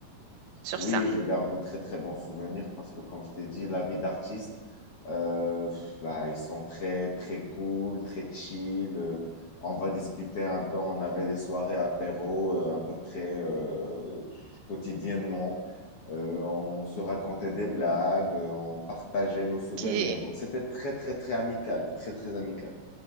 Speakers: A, on the right; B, on the left.
A: sur
B: Oui,
A: ça.
B: je garde de très très bons souvenirs parce que comme je t'ai dit, la vie d'artiste, euh, bah, ils sont très très cool, très chill. euh, on va discuter un peu. On avait des soirées apéro euh, à peu près euh, quotidiennement. Euh, on se racontait des blagues, euh, on partageait nos souvenirs.
A: Ok.
B: Donc c'était très très très amical, très très amical.